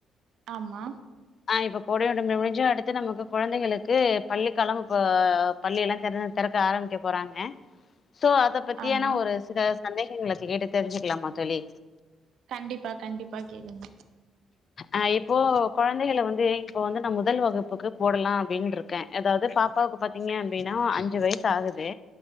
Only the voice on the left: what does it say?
ஆ இப்போ கோடை விடுமுறை முடிஞ்சு அடுத்து நமக்கு கொழந்தைகளுக்கு பள்ளிக்காலம் இப்போ பள்ளியெல்லா தெறந் தெறக்க ஆரம்பிக்க போறாங்க சோ அதப் பத்தியானா
ஒரு சில சந்தேகங்கள கேட்டு தெரிஞ்சுக்கலாமா தோழி
அ இப்போ கொழந்தைகள வந்து இப்போ வந்து நா முதல் வகுப்புக்கு போடலா அப்டின்ட்றுக்கு க்க அதாவது பாப்பாவுக்கு பாத்தீங்க அப்டின்னா அஞ்சு வயசு ஆகுது